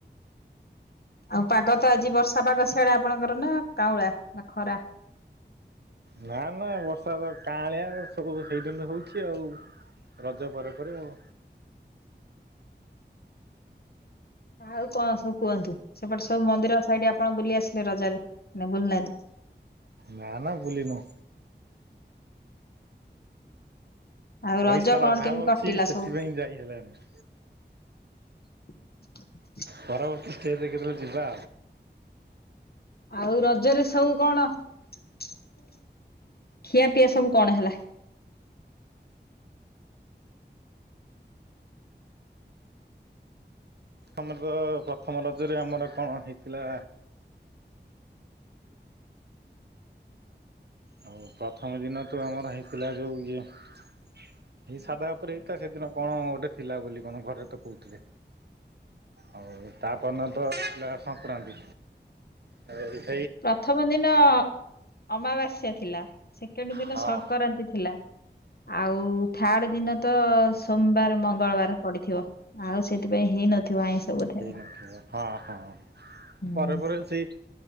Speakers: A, on the left; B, on the right.
A: ଆଉ ପାଗ ତ ଆଜି ବର୍ଷା ପାଗ ସେଆଡେ ଆପଣଙ୍କର ନା କାଉଁଳା ନା ଖରା।
B: ନା ନା ବର୍ଷା ତ କାଁଳିଆ ସବୁ ସେଇଦିନଠୁ ହଉଛି ଆଉ ରଜ ପରେ ପରେ ଆଉ।
A: ଆଉ କଣ ସବୁ କୁହନ୍ତୁ ସେପଟେ ସବୁ ମନ୍ଦିର ସାଇଡ ଆପଣ ବୁଲି ଆସିଲେ ରଜରେ ନା ବୁଲ ନାହାନ୍ତି।
B: ମ ନା ବୁଲି ନୁ‌।
A: ଆଉ
B: ପଇସାର
A: ରଜ କଣ
B: ଅଭାବ
A: କେମିତି କଟିଲା
B: ଅଛି ସେଥିପାଇଁ
A: ସବୁ?
B: ଯାଇ ହେଲାନି।
A: <inaudible>
B: ପରବର୍ତ୍ତୀ ଷ୍ଟେପ ରେ କେତେବେଲେ ଯିବା
A: ଆଉ ରଜରେ ସବୁ କଣ <inaudible> ଖିଆ ପିଆ ସବୁ କଣ ହେଲା?
B: ଆମର ତ ପ୍ରଥମ ରଜରେ ଆମର କଣ ହେଇଥିଲା ଆଉ ପ୍ରଥମ ଦିନ ତ ଆମର ହେଇଥିଲା ଯୋଉ ଇଏ ଏଇ ସାଧା ଉପରେ ହେଇଥିଲା ସେଦିନ କଣ ଗୋଟେ ଥିଲା ବୋଲି ଘରେ ତ କହୁଥିଲେ <inaudible> ଆଉ ତାପର ଦିନ ତଥିଲା ସଂକ୍ରାନ୍ତି ଆଉ
A: ପ୍ରଥମ ଦିନ <inaudible> ଅମାବାସ୍ୟା ଥିଲା। ସେ କେମି ଦିନ
B: ହଁ।
A: ସଙ୍କରାନ୍ତି ଥିଲା ଆଉ ଥାର୍ଡ ଦିନ ତ ସୋମବାର ମଙ୍ଗଳବାର ପଡିଥିବ ଆଉ ସେଥିପାଇଁ ହେଇନଥିବ ଆଇଁଷ ବୋଧେ
B: ସେଇ
A: ଆଉ।
B: ନା ହଁ ହଁ
A: ହୁଁ।
B: ପରେ ପରେ ସେଇ